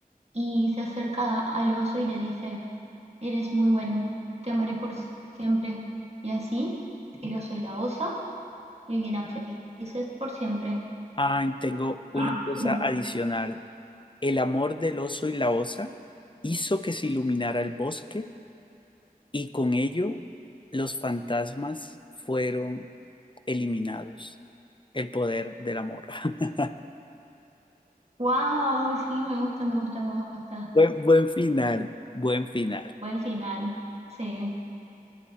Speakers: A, on the right (about 45°); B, on the left (about 30°).
A: y se acerca al oso y le dice, eres muy bueno, te amaré por siempre. Y así, el oso y la osa vivieran felices por siempre.
B: Ay, tengo una
A: <laughs>
B: cosa adicional. El amor del oso y la osa hizo que se iluminara el bosque y con ello los fantasmas fueron eliminados. El poder del amor. <laughs>
A: Wow, sí, me gusta, me gusta, me gusta.
B: Buen, buen final, buen final.
A: Buen final. Sí,